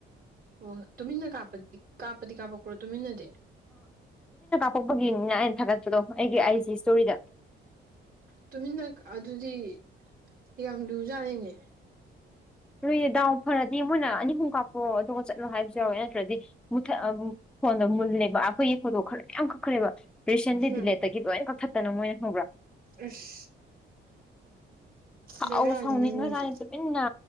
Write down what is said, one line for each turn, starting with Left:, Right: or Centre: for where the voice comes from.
Right: ꯑꯣ ꯇꯨꯃꯤꯟꯅ ꯀꯥꯞꯄꯗꯤ ꯀꯥꯞꯄꯗꯤ ꯀꯥꯞꯄꯛꯄ꯭ꯔꯣ ꯇꯨꯃꯤꯟꯅꯗꯤ
Centre: ꯊꯣꯛꯄꯒꯤꯅꯤꯅ ꯑꯩꯅ ꯊꯥꯒꯠꯄꯗꯣ ꯑꯩꯒꯤ ꯑꯥꯏꯖꯤ ꯏꯁꯇꯣꯔꯤꯗ
Right: ꯇꯨꯃꯤꯟꯅꯛ ꯑꯗꯨꯗꯤ ꯌꯥꯝ ꯂꯨꯖꯥꯅꯤꯅꯦ
Centre: ꯂꯨꯏꯌꯦ ꯗꯥꯎ ꯐꯔꯗꯤ ꯃꯣꯏꯅ ꯑꯅꯤ ꯑꯍꯨꯝ ꯀꯥꯞꯄꫭ ꯑꯗꯨꯒ ꯆꯠꯂꯣ ꯍꯥꯏꯕꯁꯨ ꯌꯥꯎꯋꯦ ꯅꯠꯇ꯭ꯔꯗꯤ ꯃꯨꯊꯠ ꯐꯣꯟꯗꫭ ꯃꯨꯜꯂꯦꯕ ꯑꯩꯈꯣꯏꯒꯤ ꯐꯣꯇꯣ ꯈꯔ ꯌꯥꯝ ꯀꯛꯈ꯭ꯔꯦꯕ ꯔꯤꯁꯦꯟꯂꯤ
Right: ꯎꯝ
Centre: ꯗꯤꯂꯦꯠꯇꯒꯤ ꯂꯣꯏꯅ ꯀꯛꯊꯠꯇꯅ ꯃꯣꯏꯅ ꯈꯪꯕ꯭ꯔ
Right: ꯑꯁ
Centre: ꯁꯥꯎ
Right: ꯕꯦꯔꯥꯅꯤꯅꯦ
Centre: ꯁꯥꯎꯅꯤꯡꯒ꯭ꯔꯖꯅꯤ
Right: ꯃꯣꯏꯁꯦ
Centre: ꯇꯨꯃꯤꯟꯅ